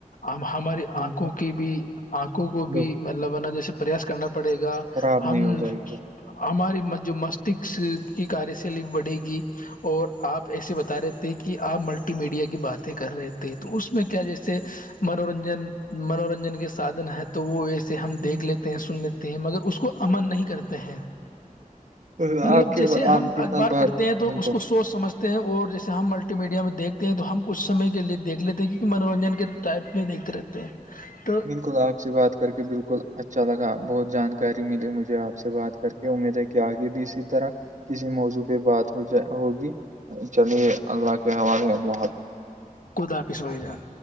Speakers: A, on the left; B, on the right.
A: اب ہماری
B: بالکل
A: آنکھوں کی بھی آنکھوں کو
B: بالکل
A: بھی مطلب ہے نا جیسے پریاس کرنا پڑے گا
B: خراب نہیں
A: ہم
B: ہو جائے گی
A: ہماری م جو مستشک کی کاریہ سےلی بڑھے گی اور آپ ایسے بتا رہے تھے کہ آپ ملٹی میڈیا کی باتیں کر رہے تھے ہیں تو اس میں کیا جیسے منورنجن منورنجن کے سادھن ہے تو وہ ویسے سے ہم
B: بالکل
A: دیکھ لیتے ہیں سن لیتے ہیں مگر اس کو امن نہیں کرتے ہیں
B: آپ
A: مطلب
B: کے
A: جیسے ہم
B: آپ کے ساتھ
A: اخبار
B: بات
A: پڑھتے ہیں تو
B: بالکل
A: اس کو س سوچ سمھتے ہیں اور جیسے ہم ملٹی میڈیا میں دیکھتے ہیں تو ہم کچھ سمے کے لیے دیکھ لیتے ہیں کیونکہ منورنجن کے ٹائپ میں دیکھ کے رکھتے ہیں
B: <inaudible>
A: تو
B: بالکل آپ سے بات کر کے بالکل اچھا لگا بہت جانکاری ملی مجھے آپ سے بات کر کے امید ہے کہ آگے بھی اسی طرح کسی موضوع پہ بات ہو جائے ہوگی چلیے اللہ کے حوالے بہت
A: خود آپس بگ جان